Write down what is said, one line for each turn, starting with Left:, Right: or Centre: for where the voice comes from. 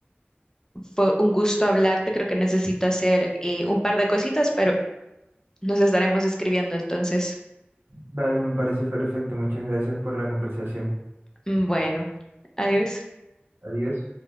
Left: fue un gusto hablarte. Creo que necesito hacer eh, un par de cositas, pero nos estaremos escribiendo entonces.
Right: Vale, me parece perfecto. Muchas gracias por la conversación.
Left: Mm, Bueno, adiós.
Right: Adiós.